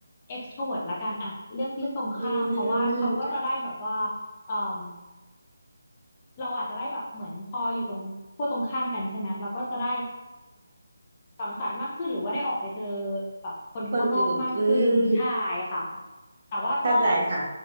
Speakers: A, on the left; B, on the right.
A: extrovert ละกันอ่ะเลือกเลือกตรงข้ามเพราะว่าเขาก็จะได้แบบว่า
B: อืม
A: เอ่มเราอาจจะได้แบบเหมือนพออยู่ตรงขั้วตรงข้ามกันใช่ไหมเราก็จะได้สังสรรค์มากขึ้นหรือว่าได้ออกไปเจอแบบคนข้างนอกมากขึ้นใช่ค่ะ
B: คนอื่นอืม
A: แต่ว่าก็
B: เข้าใจค่ะ